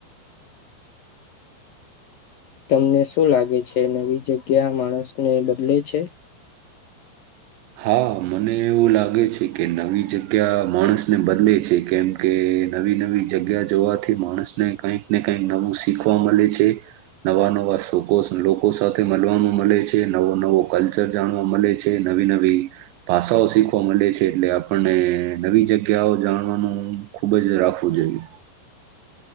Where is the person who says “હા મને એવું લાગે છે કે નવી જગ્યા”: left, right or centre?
Right